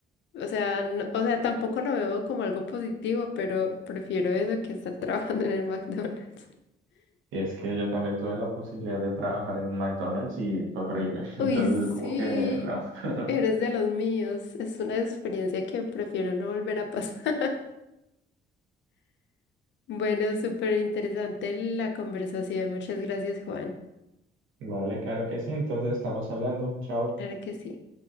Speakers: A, on the left; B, on the right.
A: o sea, no- o sea, tampoco lo veo como algo positivo, pero prefiero eso que estar <laughs> trabajando en el McDonald's.
B: Y es que yo también tuve la posibilidad de trabajar en un McDonald's y fue horrible. <laughs> Entonces,
A: Uy, sí,
B: como que no. <laughs>
A: eres de los míos. Es una experiencia que prefiero no volver a pasar. Bueno, súper interesante la conversación. Muchas gracias, Juan.
B: Vale, claro que sí. Entonces, estamos hablando. Chao.
A: Claro que sí.